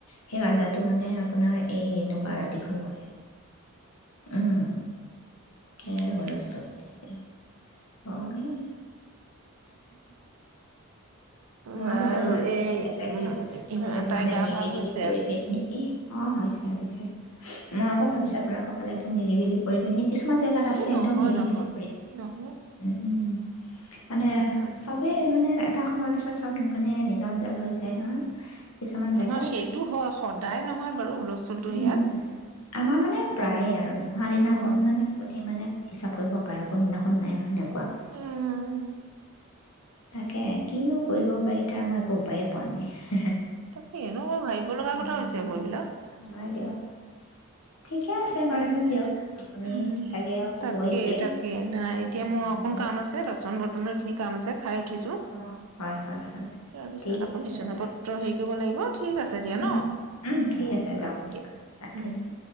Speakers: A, on the left; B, on the right.
A: সেই আ্ডাটো মানে আপোনাৰ এই এনেকুৱা
B: অ
A: ৰাতিখন বহে উম হে
B: হয় দিয়া
A: হলচ তল থাকে হয় মই ভাবিছো
B: বাৰু
A: আপোনালোকৰ
B: এই
A: ফালে চাইে
B: উম
A: অ
B: তাই
A: মানে
B: গা
A: নিৰিবিলি
B: ভাল হৈছে
A: পৰিৱেশ নেকি অ হৈছে হৈছে মই আকৌ ভাবিছো
B: অ
A: আপোনালোকৰ ফালে একদম নিৰিমিলি পৰিৱেশ নে কিছুমান জেগাত আছে
B: এই নহয়
A: একদম নিৰিমিলি
B: নহয়
A: পৰিৱেশ
B: নহয়
A: উম মানে
B: নহয়
A: চবেই মানে এটা সময়ৰ পিছত চব মানে নিজৰ- নিজৰ হৈ যায় নহয়। কিছুমান জেগাত
B: নহয় সেইটো হয়, সদায় নহয়। বাৰু হুলস্থুলটো
A: উম
B: ইয়াত
A: -উম আমাৰ মানে প্ৰায়ে
B: কি
A: আৰু নোহোৱা দিনাখন
B: অ
A: মানে আপুনি মানে হিচাপ কৰিব, পাৰে একোন দিনাখন নাই হয় নাই? কোৱা।
B: উম
A: তাকে কিনো কৰিব পাৰি তাৰ মই একো উপায়ে পোৱা নাই।
B: তাকে ন, ভাবিব লগা
A: উম,
B: কথা হৈছে আকৌ এইবিলাক,
A: হয় দিয়ক ঠিকে
B: এটোয়ে
A: আছে
B: তাৰ
A: বাৰু
B: মানে
A: দিয়ক আপুনি
B: উম',
A: চাগে শুবই
B: তাকে-
A: এতিয়া।
B: তাকে নাই এতিয়া
A: উম,
B: মোৰ অকণ
A: অ',
B: কাম আছে বাচন - বৰ্তন, আৰু এইখিন কাম আছে। খাই উঠিছো
A: অ', হয়, হয়, হয়।
B: তাৰপিছত
A: ঠিক
B: আকৌ
A: আছে
B: বিচনা
A: বাৰু
B: পত্ৰ হেৰি কৰিব লাগিব ঠিক আছে দিয়া
A: উম,
B: ন
A: উম,
B: ',
A: ঠিক আছে যাওক
B: ৰাখো
A: দিয়ক
B: দিয়া।
A: ৰাখিছোঁ
B: উম',